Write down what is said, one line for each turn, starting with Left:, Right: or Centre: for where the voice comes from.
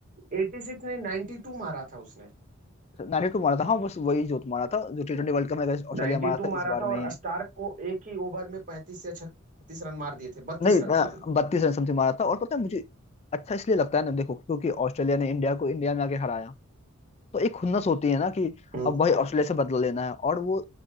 Right: एटी सिक्स नहीं नाइन्टी टू मारा था उसने
Left: 92 मारा था हाँ बस वही जो मारा था जो टी ट्वेंटी वर्ल्ड कप में अगेंस्ट ऑस्ट्रेलिया
Right: नाइन्टी
Left: मारा
Right: टू
Left: था
Right: मारा
Left: इस बार
Right: था
Left: में
Right: और
Left: ही
Right: स्टार्क को एक ही ओवर में पैंतीस या छत्तीस रन मार दिए थे बत्तीस
Left: नहीं
Right: रन सॉरी
Left: बत्तीस रन समथिंग मारा था और पता है मुझे अच्छा इसलिए लगता है ना देखो क्योंकि ऑस्ट्रेलिया ने इंडिया को इंडिया में आके हराया तो एक खुन्नस होती है ना कि
Right: हम्म
Left: अब भाई ऑस्ट्रेलिया से बदला लेना है और वो